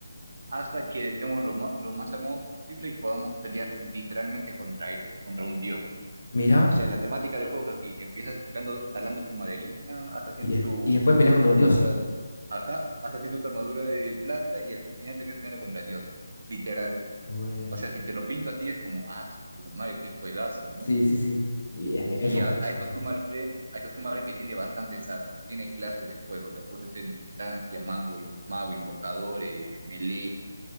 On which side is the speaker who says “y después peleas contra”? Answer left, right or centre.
Left